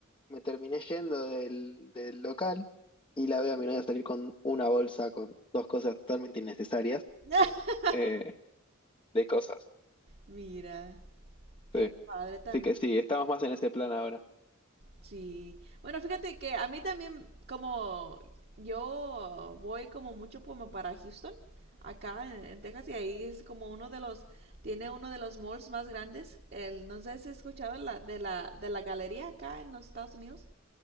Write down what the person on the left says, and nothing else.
Me terminé yendo del, del local y la veo a mi novia salir con una bolsa con dos cosas totalmente innecesarias
eh, de cosas.
Sí.
Sí que sí, estamos más en ese plan ahora.